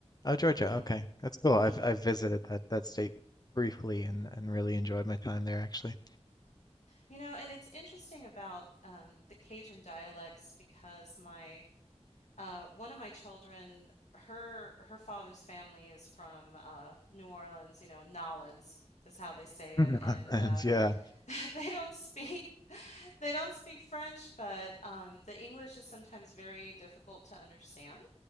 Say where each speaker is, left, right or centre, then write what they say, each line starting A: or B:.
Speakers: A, on the left; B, on the left.
A: Oh, Georgia.
B: Mhm.
A: Okay. That's cool.
B: Mhm.
A: I've I've visited that that state briefly and and really enjoyed my time there actually.
B: You know, and it's interesting about um the Cajun dialects because my Uh, one of my children, her her father's family is from uh, New Orleans, you know, Nolans is how they say
A: <laughs>
B: it, and
A: And
B: uh,
A: yeah,
B: <laughs> they don't speak <laughs> they don't speak French, but um, the English is sometimes very difficult to understand